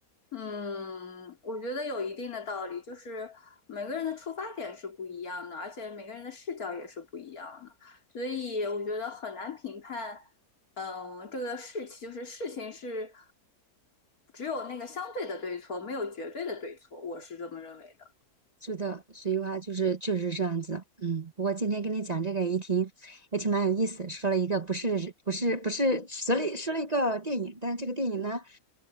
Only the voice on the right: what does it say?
是的，所以话就是确实是这样子，嗯。不过今天跟你讲这个也挺也挺蛮有意思，说了一个不是不是不是说了说了一个电影，但是这个电影呢